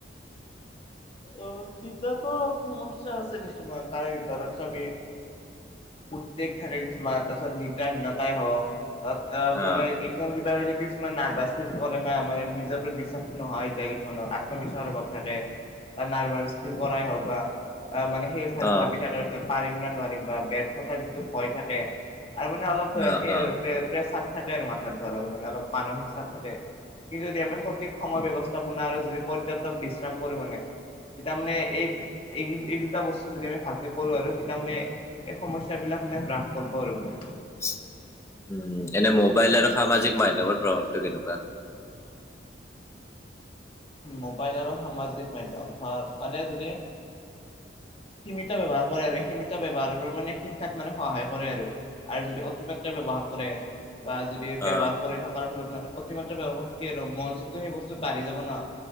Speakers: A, on the left (about 30°); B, on the left (about 15°).
A: অ তেতিয়াটো সমস্যা আছে কিছুমান তাৰে ভিতৰত চবে উদ্বেগ থাকে, কিছুমান তাৰ পিছত নিদ্ৰাহীনতাই হওক, তাত
B: অ
A: মানে এক্সাম কটালে কি কিছুমান নাৰ্ভাচ ফিল কৰে ন, মানে নিজৰ ওপৰত বিশ্বাস নহয় হৈ য কিছুমানৰ, আত্মবিশ্বাসৰ অভাৱ থাকে। নাৰ্ভাচ ফিল কৰাই হওক বা অ মানে সেই
B: অ
A: ভাবি থাকে পাৰিম নে নোৱাৰিম। যি ভয় থাকে আৰু মানে অলপ প্ৰ
B: অ অ
A: থাকে আৰু মথাত ধৰৰ মানে অলপ মানসিক চাপ থাকে কিন্তু যদি আমি সঠিক সময় ব্যৱস্থাপনা আৰু যদি পৰ্যটক বিশ্ৰাম কৰো মানে তেতিয়া মানে এই এই এই দুটা বস্তু যদি আমি ভালকে কৰো আৰু তেতিয়া মানে এই সমস্যা বিলাক মানে হ্ৰাস কৰিব আৰু মানে
B: <unintelligible> উম এনে মোবাইল আৰু সামাজিক মাধ্যমৰ প্ৰভাৱটো কেনেকুৱা?
A: মোবাইল আৰু সামাজিক মাধ্যম ধৰ মানে যদি
B: <inaudible>
A: সীমিত ব্যৱহাৰ কৰে আৰু সীমিত ব্যৱহাৰৰ মানে শিক্ষাত মানে সহায় কৰে আৰু যদি অতিমাত্ৰা ব্যৱহাৰ কোনে বা যদি
B: অ
A: ব্যৱহাৰ কৰি থকাৰ ফলত মানে অতিমাত্ৰা ব্যৱহাৰ কি আৰু মনযুগতো সেই বস্তুত বাঢ়ি যাব ন